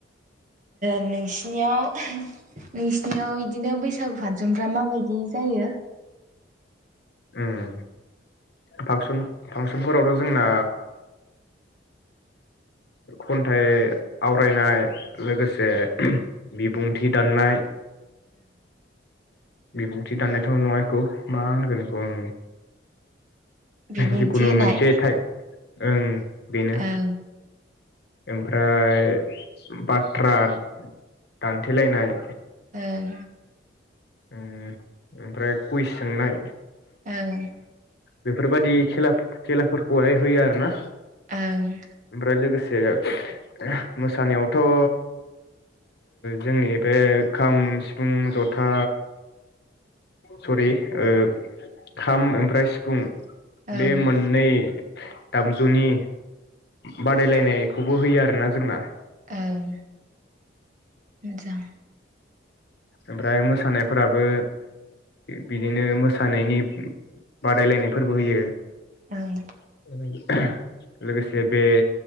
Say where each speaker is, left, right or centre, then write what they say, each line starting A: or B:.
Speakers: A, on the right (about 45°); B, on the left (about 60°).
A: नोंसिनियाव नोंसिनि सिनियाव इ बिदिनो बैसागु फांसन जुमफ्रा माबायदि जायो
B: ओम फांसन फांसनफोरावथ' जोंना खन्थाइ आवरायनाय लोगोसे बिबुंथि दाननाय बिबुंथि दाननायथ' नंङा एखौ मा होनगोन एखौ ओं
A: बिबुंथि
B: जिखुनु
A: होनाय
B: मोनसे थाइ ओं बिनो
A: ओं
B: ओमफ्राय बाथ्रा दानथेलायनाय
A: ओं
B: उम ओमफ्राय कुइस सोंनाय।
A: ओं
B: बेफोरबादि खेलाब खेलाफोरखौहाय होयो आरो ना
A: ओं
B: ओमफ्राय लोगोसे जे मोसानायावथ' ओ जोंनि बे खाम सिफुं जथ था सरि ओ खाम ओमफ्राय सिफुं
A: ओं
B: बे मोननै दामजुनि बादायलायनायखौबो होयो आरोना जोंना।
A: ओं मोजां
B: ओमफ्राय मोसानायफोराबो बिदिनो मोसानायनि बादायलायनायफोरबो होयो।
A: ओं
B: <inaudible> लोगोसे बे